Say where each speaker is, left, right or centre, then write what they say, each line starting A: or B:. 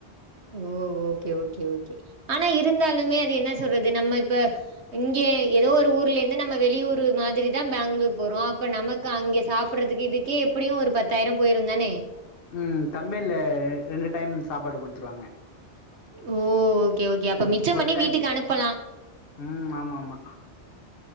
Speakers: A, on the right; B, on the left.
A: ஓ ஓக்கே ஓக்கே ஓக்கே ஆனா இருந்தாலுமே அது என்ன சொல்றது நம்ம ப்ப இங்கே எதோ ஒரு ஊர்லேந்து நம்ம வெளியூரு மாதிரிதா பேங்களூர் போறோ அப்ப நம்மக்கு அங்கே சாப்பிட்றதுக்கு இதுக்கெ எப்புடியு ஒரு பத்தாயிர பொய்ருந்தானே
B: ம் கம்பெனில ரெண்டு டைம் சாப்பாடு குடுத்துருவாங்க
A: ஓ ஒக்கே ஓக்கே அப்ப
B: ம்
A: மிச்சம்
B: ஒரு
A: பண்ணி
B: டைம்
A: வீட்டுக்கு அனுப்பலா
B: ம் ஆமா ஆமா